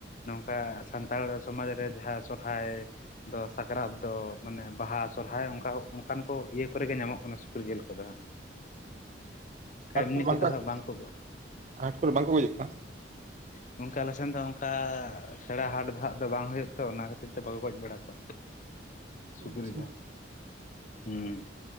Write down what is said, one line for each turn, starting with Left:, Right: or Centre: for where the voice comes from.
Left: ᱱᱚᱝᱠᱟ ᱥᱟᱱᱛᱟᱲ ᱥᱚᱢᱟᱡᱽ ᱨᱮ ᱡᱟᱦᱟᱸ ᱥᱚᱨᱦᱟᱭ ᱫᱚ ᱥᱟᱠᱨᱟᱛ ᱫᱚ ᱢᱟᱱᱮ ᱵᱟᱦᱟ ᱥᱚᱨᱦᱟᱭ ᱚᱝᱠᱟ ᱚᱱᱠᱟᱱ ᱠᱚ ᱤᱭᱟᱹ ᱠᱚᱨᱮ ᱜᱮ ᱧᱟᱢᱚᱜ ᱠᱟᱱᱟ ᱥᱩᱠᱨᱤ ᱡᱤᱞ ᱠᱚᱫᱚ ᱦᱟᱸᱜ᱾
Right: ᱦᱟᱴ
Left: ᱮᱢᱱᱤ
Right: ᱠᱚᱨᱮ
Left: ᱠᱚᱫᱚ
Right: ᱵᱟᱝᱠᱚ
Left: ᱦᱟᱜ ᱵᱟᱝ ᱠᱚ ᱜᱚ
Right: ᱦᱟᱴ ᱠᱚᱨᱮ ᱵᱟᱝᱠᱚ ᱜᱚᱡᱮᱫ ᱠᱚᱣᱟ
Left: ᱱᱚᱝᱠᱟ ᱟᱞᱮᱥᱮᱱ ᱫᱚ ᱚᱱᱠᱟ ᱥᱮᱬᱟ ᱦᱟᱴ ᱫᱚ ᱦᱟᱜ ᱫᱚ ᱵᱟᱝ ᱦᱩᱭᱩᱜ-ᱟ ᱛᱚ ᱚᱱᱟ ᱠᱷᱟᱹᱛᱤᱨ ᱛᱮ ᱵᱟᱠᱚ ᱜᱚᱡᱽ ᱵᱟᱲᱟ ᱠᱚᱣᱟ᱾ ᱥᱩᱠᱨᱤ
Right: ᱟᱪᱪᱷᱟ᱾
Left: ᱫᱚ, ᱦᱩᱸ᱾